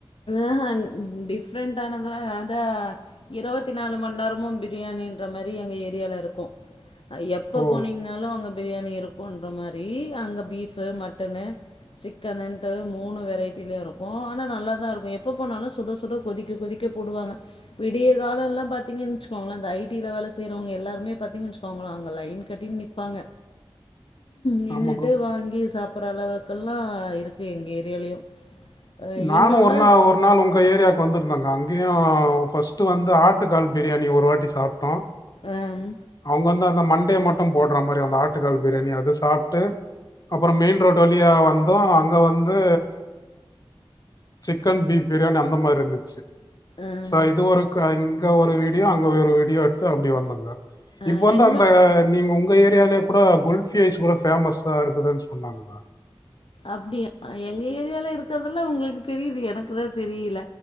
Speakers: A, on the left (about 70°); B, on the left (about 45°).
A: ஆ ஹ டிஃப்ரெண்ட்டானதா அதா இருவத்தி நாலு மண் நேரமு பிரியாணின்ற மாரி எங்க ஏரியால இருக்கு எப்போ
B: ஓ
A: போனிங்கனாலு அங்க பிரியாணி இருக் குன்ற மாரி அங்க பீஃபு மட்டன்னு சிக்கனுன்ட்டு மூணு வெரைட்டிலயு இருக்கு ஆனா நல்லாதா இருக்கு எப்ப போனாலு சுட சுட கொதிக்க கொதிக்க போடுவாங்க விடிய கால எல்லா பாத்திங்கன் வெச்சுக்கோங்களே இந்த ஐ டி ல வேல செய்யறவங்க எல்லாருமே பாத்திங்கன் வெச்சுகோங்ளா அங்க லைன் கட்டி நிப்பாங்க நின்னுட்டு
B: ஆமாங்க
A: வாங்கி சாப் புற அளவுக்கெல்லா இருக்கு எங்க ஏரியாலயு அ
B: நானு
A: இன்னொன்னு
B: ஒரு நா ஒரு நாள் உங்க ஏரியாக்கு வந்திருந் த அங்கயு ஃபர்ஸ்ட்டு வந்து ஆட்டு கால் பிரியாணி ஒரு வாட்டி சாப்ட்டோ
A: அம்
B: அவங்க வந்து அந்த மண் டே மட்டு போடற மாரி அந்த ஆட்டுக்கால் பிரியாணி அது சாப்ட்டு அப்புற மெயின் ரோட் வழியா வந்தோ அங்க வந்து சிக்கன் பீஃப் பிரியாணி அந்த மாரி இருந்துச்சு
A: அம்
B: சோ இது ஒருக் இங்க ஒரு வீடியோ அங்க ஒரு வீடியோ எடுத்து அப்டி வந்தங்க்கா
A: அ
B: இப்ப வந்து
A: இன்னு
B: அந்த நீங்க உங்க ஏ ரியாலயே கூட குல்ஃபி ஐஸ் கூட பேமஸா இருக்குதுன்னு சொன்னாங்ளா
A: அப்டியா எங்க ஏரியால இருக்கிறதுலா உங்களுக்கு தெரியுது எனக்குதா தெரியில